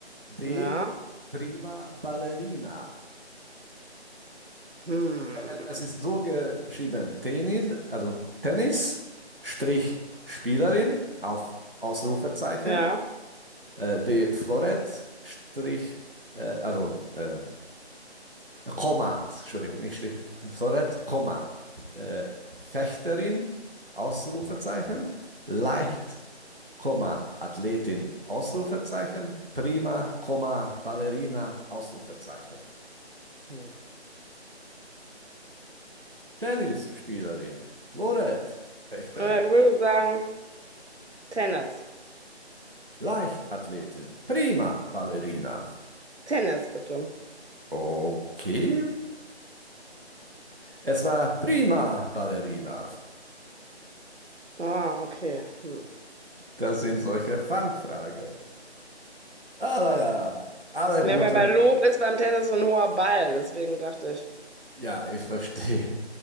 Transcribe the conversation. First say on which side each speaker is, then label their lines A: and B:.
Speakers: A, on the right; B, on the right.
A: D.
B: Ja.
A: Prima Ballerina.
B: Hm.
A: Äh, Es ist so geschrieben, Tennis, also Tennis, Strich Spielerin auf Ausrufezeichen,
B: Ja.
A: äh, B Florett, Strich, äh, also äh, Komma, Entschuldigung, nicht Strich, <laughs> Florett, Komma, äh, Fechterin, Ausrufezeichen, Leicht, Komma, Athletin, Ausrufezeichen, Prima, Komma, Ballerina, Ausrufezeichen,
B: Hm.
A: Tennisspielerin, Florett, Fechterin.
B: Ja, Ich würde sagen, Tennis.
A: Leichtathletin. Prima Ballerina.
B: Tennis, bitte.
A: Okay. Es war prima Ballerina.
B: Ah, okay. Hm.
A: Das sind solche Fangfragen. Aber ja, alle
B: Ja,
A: guten.
B: weil bei Lob ist beim Tennis so ein hoher Ball, deswegen dachte ich.
A: Ja, ich verstehe.